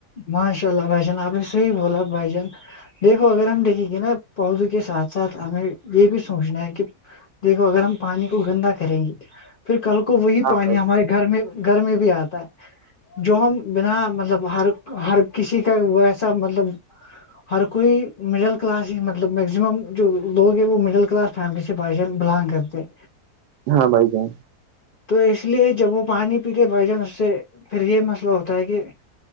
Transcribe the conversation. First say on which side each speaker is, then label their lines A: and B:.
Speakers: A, on the left; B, on the right.
A: ماشاء اللہ بھائی جان آپ نے صحیح بوول بھائی جان <unintelligible> دیکھو اگر ہم دیکھیں گے نا پود کے ساتھ ساتھ ہمیں یہ بھی سوچنا ہے کہ <unintelligible> دیکھو اگر ہم پانی کو گندا کریں گے پھر کل کو وہی
B: ہاں
A: پانی
B: بھائی
A: ہمارے گھر میں گھر میں بھی آتا ہے جو ہم بنا مطلب ہر <unintelligible> ہر کسی کا ویسا مطلب ہر کوئی مڈل کلاس ہی مطلب مگزیمم جو لوگ ہے وہ مڈل کلاس فیملی سے بائی ج بلانگ کرتے ہیں
B: ہاں بھائی جن <unintelligible>
A: تو اس لیے جب وہ پانی پیتے بھائی جان اس سے پھر یہ مسئلہ ہوتا ہے کہ <unintelligible>